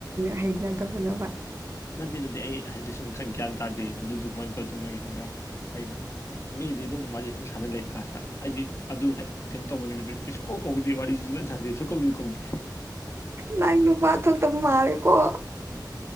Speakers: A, on the right (about 35°); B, on the left (about 35°).
A: ꯍꯩꯅꯗꯕꯅꯣꯕ
B: ꯅꯠꯇꯦ ꯅꯠꯇꯦ ꯑꯩ ꯍꯥꯏꯗꯤ ꯁꯨꯝ ꯈꯪ ꯒ꯭ꯌꯥꯟ ꯇꯥꯗꯦ ꯑꯗꯨꯁꯨ ꯀꯃꯥꯏꯅ ꯇꯧꯔ ꯇꯧꯅꯣꯒ ꯈꯪꯕ ꯑꯩꯅ ꯃꯤꯗꯤ ꯑꯗꯨꯝ ꯃꯥꯗꯤ ꯑꯗꯨꯝ ꯁꯥꯟꯅ ꯂꯩ꯫ ꯀ꯭ꯂꯥꯁꯇ ꯑꯩꯗꯤ ꯑꯗꯨ ꯀꯩꯅꯣ ꯇꯧꯕ ꯅꯨꯃꯤꯠꯇꯗꯤ ꯏꯁꯨꯛ ꯀꯧ ꯀꯧꯗꯦ ꯋꯥꯔꯤꯁꯨꯨ ꯀꯥꯟ ꯁꯥꯟꯗꯦ ꯑꯁꯨꯛ ꯀꯧꯁꯨ ꯀꯧꯗꯦ꯫
A: ꯅꯪ ꯅꯨꯄꯥ ꯊꯣꯛꯇꯕ ꯃꯥꯂꯀꯣ